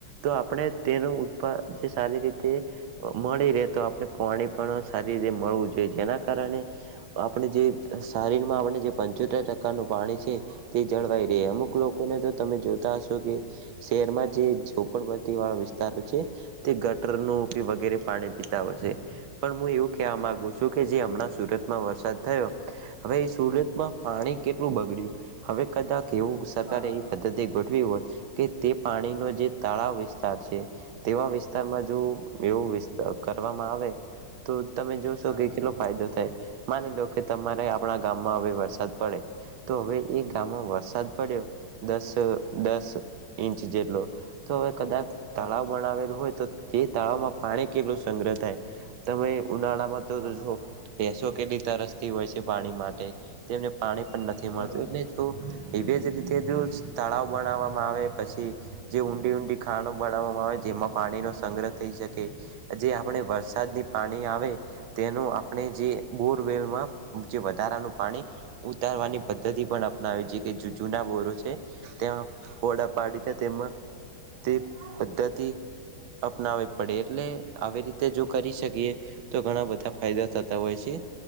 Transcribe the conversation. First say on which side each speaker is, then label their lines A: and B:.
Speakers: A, on the right; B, on the right.
A: તો આપડે તેનું ઉત્પા જે સારી રીતે મળી રે તો આપડે પોણી પણ સારી રીતે મળવું જોઈએ જેના કારણે આપડે જે શારીર માં આપણે જે પંચોતેર ટકાનું પાણી છે તે જળવાઈ રે અમુક
B: હા
A: લોકોને તો તમે જોતા હશો કે શેહરમાં જે ઝોપડપટી વાળા વિસ્તારો છે તે ગટરનું કે વગેરે પાણી પીતા હોય છે પણ મુ એવું કે કેઆ
B: બરોબર
A: માગુ છું કે જે હમણા સુરત માં વરસાદ થયો હવે એ સુરતમાં પાણી કેટલું બગડ્યું હવે કદાક એવું સરકારે
B: હા
A: પદ્ધતિ ગોઠવી હોત કે તે પાણીનો જે તળાવ વિસ્તાર છે. તેવા વિસ્તારમાં જો એવું વિસ્ત કરવામાં આવે તો તમે જોશો
B: હા
A: કે કેટલો ફાયદો થાય. માની લો કે તમારે આપણા ગામમાં હવે વરસાદ પડે તો હવે એ ગામમાં વરસાદ પડ્યો દસ દસ ઇંચ જેટલો તો હવે કદાક
B: બરોબર
A: તળાવ બનાવેલું હોય તો તે તળાવમાં પાણી કેટલું સંગ્રહ થાય તમે ઉનાળામાં તરો
B: હા
A: છો તો કેટલી તરસતી હોય છે પાણી માટે તેમને પાણી પણ નથી મળતું
B: બરોબર
A: એટલે તો એવી જ રીતે જો તળાવ બનાવવામાં આવે પછી જે ઊંડી ઊંડી ખાણો બનાવવામાં આવે જેમાં પાણી નો સંગ્રહ થઈ શકે જે આપણે વરસાદની પાણી આવે તેનું આપણે જે બોરવેલમાં જે વધારાનું પાણી ઉતારવાની પદ્ધતિ
B: હા
A: પણ અપનાવે જે કે જુ-જૂના બોરો છે ત્યાં ફોડા પાડીને તેમાં તે પદ્ધતિ. અપનાવવી પડે એટલે આવી રીતે જો કરી શકીએ તો ઘણા બધા ફાયદા થતા હોય છે.